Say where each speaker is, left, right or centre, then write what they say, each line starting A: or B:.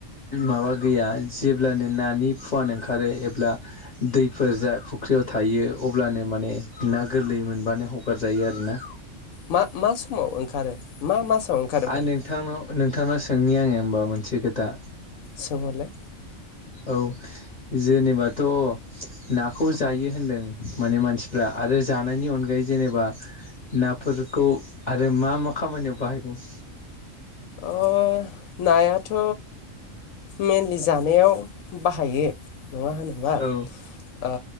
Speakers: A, on the left; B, on the left.
A: माबा गैया जेब्लानो नानि फुवान ओंखारो एब्ला दैफोर जा फुख्रियाव थायो अब्लानो माने ना गोरलै मोनबानो हगारजायो आरो ना?
B: मा मा समाव ओंखारो मा मासाव ओंखारो
A: आं
B: फालाय
A: नोंथांनाव नोंथांनाव सोंनि आङो होमबा मोनसे खोथा
B: सोंहरलाय।
A: औ, जेनेबाथ' नाखौ जायो होन्दों माने मानसिफ्रा आरो जानायनि अनगायै जेनेबा नाफोरखौ आरो मा मा खामानियाव बाहायबावो?
B: अ नायाथ' मेनलि जानायाव बाहायो नङा होनब्ला?
A: औ
B: ओ